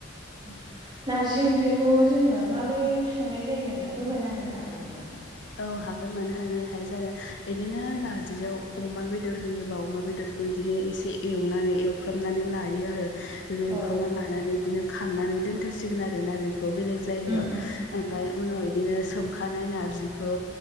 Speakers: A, on the right (about 20°); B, on the left (about 60°).
A: <unintelligible> नारजि ओंख्रिखौ जोङो माबोरै संनाय जायो नोंथाङा फोरमायना होनो हागोन नामा?
B: औ हागोन मानो हानो हाया जानो बिदिनो नार नारजियाव अमा बेदर होयोबा अमा बेदरखौ बिदिनो एसे एवनानै एवफ्रामनानै लायो आरो। बेबो एवफ्रामना
A: औ
B: लानानै बिदिनो खांनानै दोनथसिगोन आरोना बेखौ बेलेग जायगायाव
A: उम
B: ओमफ्राय उनाव बिदिनो सोमखानाय नारजि- खौ